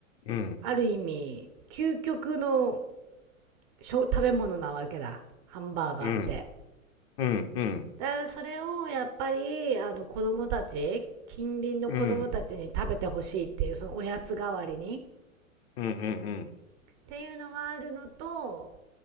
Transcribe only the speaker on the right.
ある意味、究極の食食べ物なわけだ。ハンバーガーって。
だからそれをやっぱりあの子供たち近隣の子供たちに食べてほしいっていうそのおやつ代わりに
っていうのがあるのと